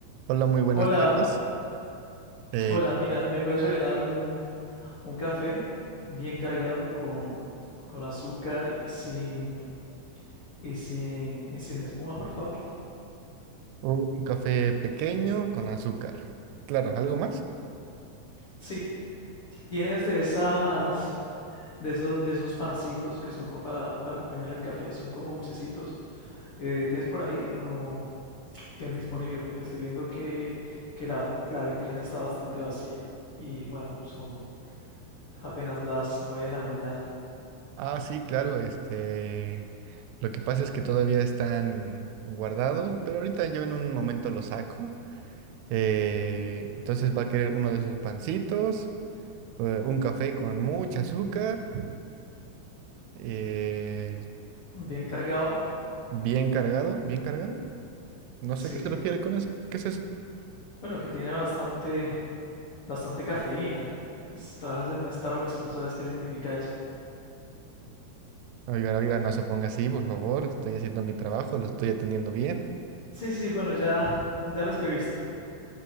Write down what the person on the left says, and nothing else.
Hola,
hola, mira, ¿me puedes regalar un, un café bien cargado con, con azúcar y sin, y sin, y sin espuma, por favor?
Sí, tienes de esas, de esos, de esos pancitos que son como para, para acompañar el café, son como dulcecitos. Eh, ¿tienes por ahí o no tienes disponible? Porque estoy viendo que, que la, la vitrina está bastante vacía. Y bueno, son apenas las 9 de la mañana.
Bien cargado,
sí.
Bueno, que tiene bastante, bastante cafeína. Pues, trabajas en un Starbucks y no sabes qué significa eso.
Sí, sí, bueno, ya, ya lo escribiste.